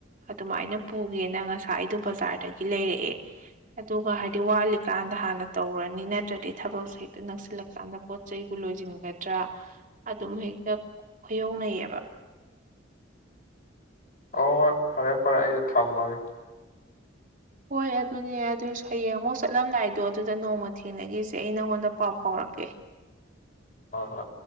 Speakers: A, on the right; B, on the left.
A: ꯑꯗꯨꯃꯥꯏꯅ ꯄꯨꯒꯦꯅ ꯉꯁꯥꯏ ꯑꯩꯗꯣ ꯕꯖꯥꯔꯗꯒꯤ ꯂꯩꯔꯛꯑꯦ ꯑꯗꯨꯒꯥ ꯍꯥꯏꯗꯤ ꯋꯥꯠꯂꯤꯀꯥꯟꯗ ꯍꯥꯟꯅ ꯇꯧꯔꯅꯤ ꯅꯠꯇ꯭ꯔꯥꯗꯤ ꯊꯕꯛꯁꯦ ꯍꯦꯛꯇꯥ ꯅꯛꯁꯤꯜꯂꯛ ꯆꯥꯟꯗ ꯄꯣꯠ ꯆꯩꯕꯨ ꯂꯣꯏꯖꯤꯟꯒꯗ꯭ꯔꯥ ꯑꯗꯨꯝ ꯍꯦꯛꯇꯥ ꯈꯨꯌꯧꯅꯩꯌꯦꯕ
B: ꯍꯣꯏ ꯍꯣꯏ ꯐꯔꯦ ꯐꯔꯦ ꯑꯩꯖꯨ ꯊꯝꯃꯒꯦ
A: ꯍꯣꯏ ꯑꯗꯨꯅꯦ ꯑꯗꯨꯁꯨ ꯍꯌꯦꯡ ꯑꯃꯨꯛ ꯆꯠꯂꯝꯗꯥꯏꯗꯣ ꯑꯗꯨꯗ ꯅꯣꯡꯃ ꯊꯦꯡꯅꯒꯤꯖꯦ ꯑꯩ ꯅꯪꯉꯣꯟꯗ ꯄꯥꯎ ꯐꯥꯎꯔꯛꯀꯦ
B: ꯍꯣꯏ ꯍꯣꯏ